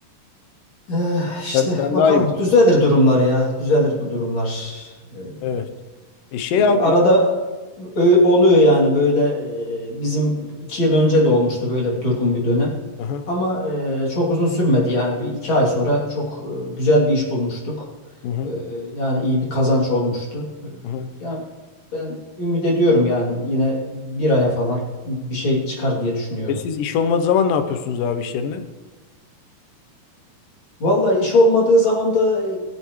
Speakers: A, on the left; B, on the left.
A: Eh, işte
B: Sen, sen
A: bakalım
B: daha iyi biliyorsun.
A: düzelir durumlar ya. Düzelir bu durumlar. Eh,
B: Evet. E şey
A: E,
B: abi.
A: Arada ö- oluyor yani böyle e, bizim iki yıl önce de olmuştu böyle bir durgun bir dönem.
B: Aha,
A: Ama e, çok uzun sürmedi yani bir iki ay sonra çok e, güzel bir iş bulmuştuk.
B: hı hı.
A: E, yani iyi bir kazanç olmuştu. E,
B: Hı hı.
A: yani ben ümit ediyorum yani yine bir aya falan bir şey çıkar diye düşünüyorum.
B: E siz iş olmadığı zaman ne yapıyorsunuz abi iş yerine?
A: Vallahi iş olmadığı zaman da e,